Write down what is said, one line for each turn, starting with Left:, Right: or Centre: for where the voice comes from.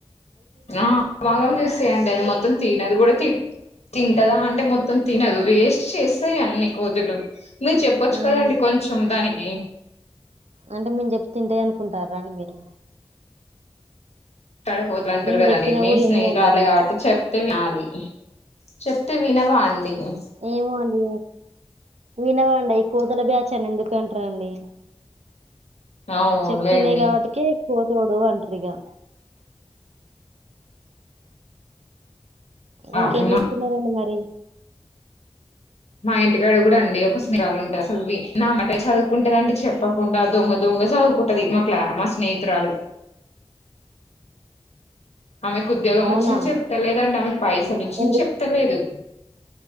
Left: ఆ వాగం చేస్తేయండి అది మొత్తం తినదు కూడా తి తింటదా అంటే మొత్తం తినదు వేస్ చేస్తాయి అన్ని కోతులు మీరు చెప్పొచ్చు
Right: మ్మ్
Left: కదండి కొంచెం దానికి.
Right: అంటే మేము చెప్తే తింటే అనుకుంటారా అండి మీరు
Left: ఇక్కడ కోతులు అంటూరు
Right: నేను
Left: కదండి
Right: చెప్పినా
Left: మీ
Right: కూడా
Left: స్నేహిరాలే
Right: వినయండి అయి
Left: కాబట్టి చెప్తే వినాలి. చెప్తే వినవా అండి నువ్వు
Right: ఏమో అండి వినవండి కూతుల బ్యాచ్ అని ఎందుకు అంటారండి
Left: అవునులేండి
Right: చెప్ తన్నాయి కాబట్టికి పోచూడు అంటారుగా ఇంకేం
Left: అవునా
Right: చేస్తున్నారండి మరి
Left: మా ఇంటికాడ కూడా అండి ఒక స్థిరాలు ఉంటాది అసలు నా మాటే చదువుకుంటదండి చెప్పకుండా దొంగ దొంగ చగు కుట్టది మా క్లాస్ మా స్నేహితురాలు ఆమెకి ఉద్యోగం
Right: అవునా
Left: వచ్చినా చెప్తలేదండి ఆమెకి పైసలు వచ్చినా
Right: ఎందుకు
Left: చెప్తలేదు